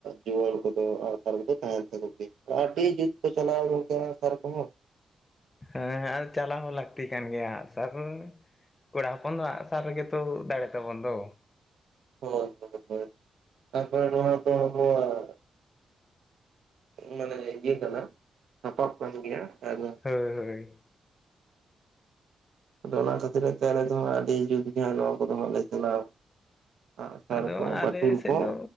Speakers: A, on the right; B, on the left.
A: ᱡᱩᱣᱟᱹᱱ ᱠᱚᱫᱚ ᱟᱸᱜ ᱥᱟᱨ ᱠᱚᱫᱚ ᱛᱟᱦᱮᱱ ᱛᱟᱠᱚ ᱜᱮ ᱟᱹᱰᱤ ᱡᱩᱛ ᱠᱚ ᱪᱟᱞᱟᱣ ᱜᱚᱝᱠᱮ ᱦᱟᱸᱜ ᱛᱟᱨ ᱠᱚᱸᱦᱚ
B: ᱦᱮᱸ ᱟᱨ ᱪᱟᱞᱟᱣ ᱦᱚᱸ ᱞᱟᱹᱠᱛᱤ ᱠᱟᱱ ᱜᱮᱭᱟ ᱟᱜ ᱥᱟᱨ ᱦᱚᱸ ᱠᱚᱲᱟ ᱦᱚᱯᱚᱱ ᱫᱚ ᱟᱜ ᱥᱟᱨ ᱨᱮᱜᱮ ᱛᱚ ᱫᱟᱲᱮ ᱛᱟᱵᱚᱱ ᱫᱚ᱾
A: ᱦᱚᱭ ᱦᱚᱭ ᱦᱚᱭ <inaudible> ᱛᱟᱯᱚᱨᱮ ᱱᱚᱣᱟ ᱫᱚ ᱟᱵᱚᱣᱟᱜ ᱢᱟᱱᱮ ᱤᱭᱟᱹ ᱠᱟᱱᱟ ᱥᱟᱯᱟᱵ ᱠᱟᱱ ᱜᱮᱭᱟ ᱟᱫᱚ
B: ᱦᱟᱸ ᱦᱚᱭ
A: ᱟᱫᱚ ᱚᱱᱟ ᱠᱷᱟᱹᱛᱤᱨ ᱛᱮ ᱟᱞᱮ ᱫᱚ ᱦᱟᱸᱜ ᱟᱹᱰᱤ ᱡᱩᱛ ᱜᱮ ᱱᱚᱶᱟ ᱠᱚᱫᱚ ᱦᱟᱸᱜ ᱞᱮ ᱪᱞᱟᱣᱟ ᱟᱜ ᱥᱟᱨ
B: ᱟᱫᱚ
A: ᱠᱚ ᱵᱟᱹᱴᱩᱞ
B: ᱟᱞᱮ ᱥᱮᱫ
A: ᱠᱚ
B: ᱫᱚ